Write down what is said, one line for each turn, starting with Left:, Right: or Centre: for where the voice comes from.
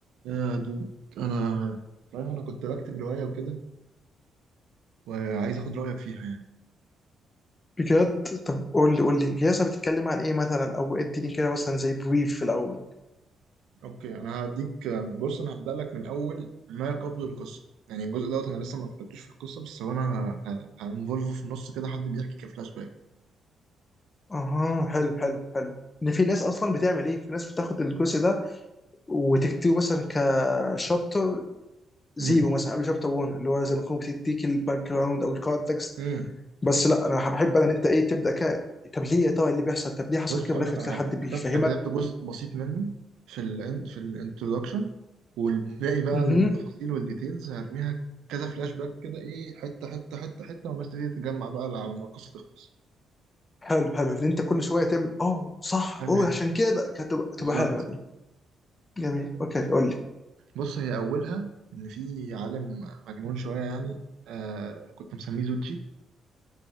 Right: يا دود انا رايح انا كنت بكتب روايه وكده وعايز اخد رايك فيها يعني
Left: بجد طب قول لي قول لي ياسر بتتكلم عن ايه مثلا او اديني كده مثلا زي بريف في الاول
Right: اوكي انا هديك بص انا هبدا لك من اول ما قبل القصه يعني الجزء دوت انا لسه ما كتبتوش في القصه بس هو انا هانفولفه في النص كده حد بيحكي كفلاش باك
Left: اها حلو حلو حلو ان في ناس اصلا بتعمل ايه في ناس بتاخد الكورس ده وتكتبه مثلا كشابتر زيرو
Right: امم
Left: مثلا قبل شابتر 1 اللي هو زي ما تكون بتديك الباك جراوند او الكونتكست
Right: امم
Left: بس لا انا بحب انا ان انت ايه تبدا كده طب ليه يا ترى إيه اللي بيحصل طب ليه حصل
Right: بص
Left: كده في
Right: هقول
Left: الاخر
Right: لك على
Left: تلاقي
Right: حاجه
Left: حد
Right: انا
Left: بيفهمك
Right: كتبت انا كتبت جزء بسيط منه في ال في الانترودكشن والباقي بقى
Left: اها
Right: التفاصيل والديتيلز هرميها كذا فلاش باك كده ايه حته حته حته حته والناس تبتدي تتجمع بقى على ما القصه تخلص
Left: حلو حلو ان انت كل شويه تعمل اه صح
Right: هرمي
Left: اوه
Right: حته
Left: عشان كده كانت تبقى
Right: بالظبط
Left: تبقى حلوه دي جميل اوكي قول لي
Right: بص هي أولها إن في عالم مجنون شوية يعني آه كنت مسميه زوتشي